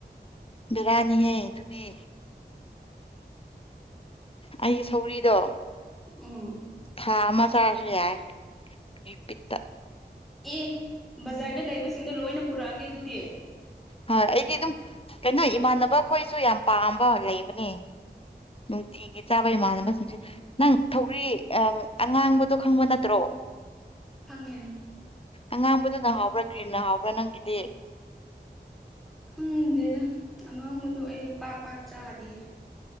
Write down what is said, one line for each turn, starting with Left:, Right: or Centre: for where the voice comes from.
Left: ꯕꯤꯔꯌꯥꯅꯤ ꯍꯦ ꯇꯨꯗꯤ ꯑꯩꯒꯤ ꯁꯧꯔꯤꯗꯣ
Centre: ꯎꯝ
Left: ꯊꯥ ꯑꯃ ꯆꯥꯏ ꯀꯄꯤꯠꯇ
Centre: ꯑꯦ ꯕꯖꯥꯔꯗ ꯂꯩꯕꯁꯤꯡꯅ ꯂꯣꯏꯅ ꯄꯨꯔꯛꯑꯒꯦ ꯑꯗꯨꯗꯤ
Left: ꯍꯣꯏ ꯑꯩꯗꯤ ꯑꯗꯨꯝ ꯀꯩꯅꯣ ꯏꯃꯥꯟꯅꯕ ꯈꯣꯏꯁꯨ ꯌꯥꯝ ꯄꯥꯝꯕ ꯂꯩꯕꯅꯦ ꯅꯨꯡꯇꯤꯒꯤ ꯆꯥꯕ ꯏꯃꯥꯟꯅꯕꯁꯤꯡꯁꯦ ꯅꯪ ꯊꯧꯔꯤ ꯑꯉꯥꯡꯕꯗꯣ ꯈꯪꯕ ꯅꯠꯇ꯭ꯔꯣ <unintelligible>
Centre: ꯈꯪꯉꯦ
Left: ꯑꯉꯥꯡꯕꯗꯨꯅ ꯍꯥꯎꯕ꯭ꯔꯥ ꯒ꯭ꯔꯤꯟꯟꯅ ꯍꯥꯎꯕ꯭ꯔꯥ ꯅꯪꯒꯤꯗꯤ
Centre: ꯈꯪꯗꯦꯗ ꯑꯉꯥꯡꯕꯗꯣ ꯑꯩ ꯄꯥꯛ ꯄꯥꯛ ꯆꯥꯗꯤꯌꯦ